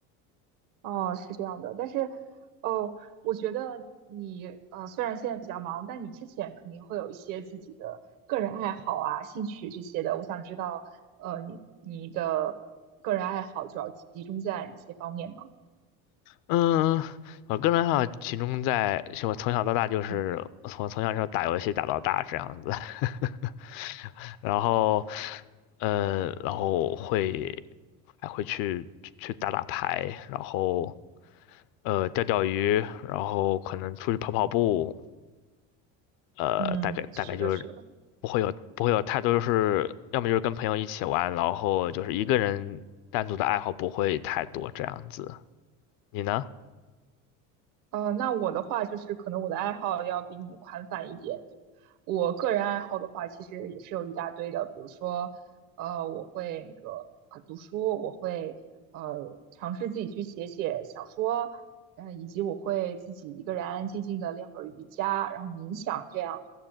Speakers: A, on the right; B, on the left.
A: 哦，是这样的，但是，哦，我觉得你呃，虽然现在比较忙，但你之前肯定会有一些自己的个人爱好啊、兴趣这些的。我想知道，呃，你你的个人爱好主要集中在哪些方面呢？
B: 嗯，我个人爱好集中在，是我从小到大就是我从从小就打游戏打到大这样子，
A: 嗯
B: <laughs> 然后，呃，然后会还会去去打打牌，然后呃钓钓鱼，然后可能出去跑跑步，呃，
A: 嗯，
B: 大概大概就是
A: 是的，是的。
B: 不会有不会有太多，就是要么就是跟朋友一起玩，然后就是一个人单独的爱好不会太多这样子。你呢？
A: 嗯呃，那我的话就是可能我的爱好要比你宽泛一点。我个人爱好的话，其实也是有一大堆的，比如说，呃，我会那个呃读书，我会呃尝试自己去写写小说，嗯、以及我会自己一个人安安静静的练会儿瑜伽，然后冥想这样。